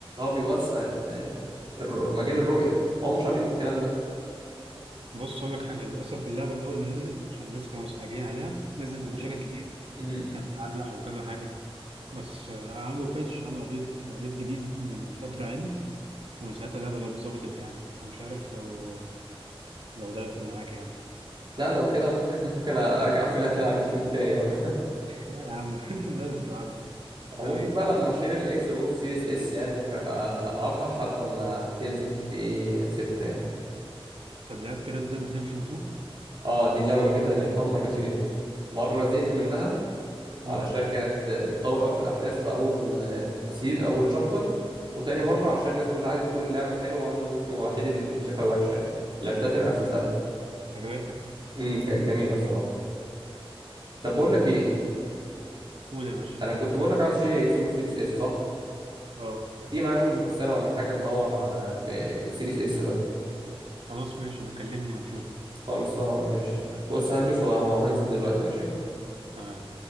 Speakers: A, on the right (about 50°); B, on the right (about 70°).
A: هو بيوسع
B: اه
A: ال- الر- مجال الرؤية هو مش عاملين الكلام
B: بص اقول لك حاجه للاسف اللعبه الاول ما نزلت عشان الناس كانوا مستعجلين عليها نزلت
A: ده
B: بمشاكل كتير
A: امم
B: كانت بتعلق وكذا حاجه بس آه، عملوا باتش عملوا ابديت ابديت جديد من فتره يعني ومن ساعتها اللعبه ظب- ظبطت يعني فمش عارف لو لو ده هيفرق معاك يعني
A: لا لو كده ممكن <laughs> ممكن ارجع اقفلها تاني على اليوتيوب تاني بقى
B: لا يا عم <laughs> لازم تلعبها انا
A: او ممكن
B: مية
A: بقى لما اشتري الاكس بوكس سيريس اس يعني ممكن ابقى العبها لحد ما تنزل جي تي اي 6 يعني
B: طب لعبت ريد ديد ريدمشن 2
A: اه دي اللعبه الوحيده اللي لعبتها مرتين مره زهقت منها
B: امم
A: علشان كانت بتطول قوي في الاحداث في اول سيز اول شابتر وتاني مره
B: اه
A: عشان الناس كلها قعدت تقول لعبه حلوه وانا <laughs> الوحيد اللي كنت شايفها وحشه يعني لعبتها تاني قفلتها
B: عجبتك
A: امم كانت جميله الصراحه طب بقول لك ايه
B: قول يا باشا
A: انا كنت بقول لك عاوز اشتري اكس بوكس سيريس اس صح
B: اه
A: ما تيجي معايا مول البستان ولا حاجة ندور على ب- السيريس اس ده
B: خلاص ماشي بكلمني ونشوف
A: خلصانة ماشي بص هلبس وهو هنزل دلوقتي ماشي
B: تمام